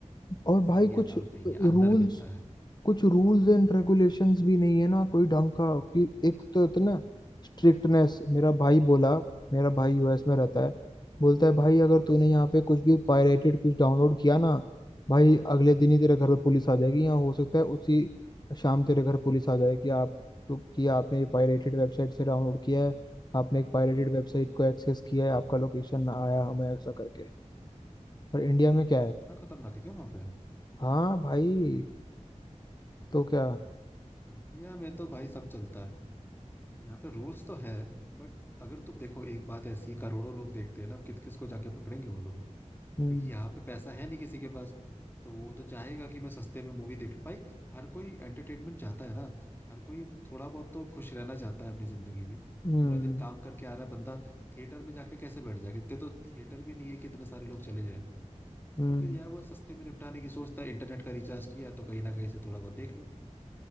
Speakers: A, on the left; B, on the left.
A: और भाई
B: सर ये
A: कुछ
B: अलाउड नहीं है अंदर
A: रूल्स
B: मिलता है
A: कुछ रूल्स एंड रेगुलेशंस भी नहीं है ना कोई ढंग का कि एक तो इतना स्ट्रिक्टनेस मेरा भाई बोला मेरा भाई यूएस में रहता है बोलता है भाई अगर
B: हाँ
A: तूने यहाँ पे कुछ भी पायरेटेड कुछ डाउनलोड किया ना भाई अगले दिन ही तेरे घर पे पुलिस आ जाएगी यहाँ हो सकता है उसी शाम तेरे घर पुलिस आ जाए कि आप तो कि आपने ये पायरेटेड वेबसाइट से डाउनलोड किया है आपने एक पायरेटेड वेबसाइट को एक्सेस किया है आपका लोकेशन ना आया हमें ऐसा करके पर इंडिया में क्या है
B: इतना खतरनाक है क्या वहां पे
A: हाँ भाई तो क्या
B: इंडिया में तो भाई सब चलता है यहाँ पे रूल्स तो है बट अगर तुम देखो एक बात ऐसी है, करोड़ों लोग देखते हैं ना अब किस किस को जाके पकड़ेंगे वो लोग
A: हम्म
B: क्योंकि यहाँ पे पैसा है नहीं किसी के पास तो वो तो चाहेगा कि मैं सस्ते में मूवी देख लूं भाई हर कोई एंटरटेनमेंट चाहता है ना हर कोई थोड़ा बहुत तो खुश रहना चाहता है अपनी जिंदगी में
A: हम्म
B: पूरा दिन काम करके आ रहा है बंदा थिएटर में जाके कैसे बैठ जाएगा इतने तो थिएटर भी नहीं है कि इतने सारे लोग चले जाएं
A: हम्म
B: तो फिर यार वो सस्ते में निपटाने की सोचता है इंटरनेट का रिचार्ज किया है, तो कहीं ना कहीं से थोड़ा बहुत देख लूं